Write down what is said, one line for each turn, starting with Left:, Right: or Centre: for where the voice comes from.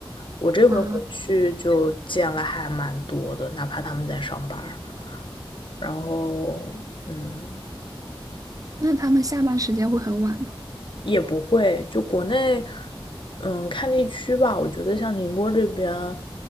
Left: 我这回回去就见了还蛮多的，
Right: 啊。
Left: 哪怕他们在上班儿然后，嗯，
Right: 那他们下班时间会很晚
Left: 也不会，就国内，嗯，看地区吧。我觉得像宁波这边，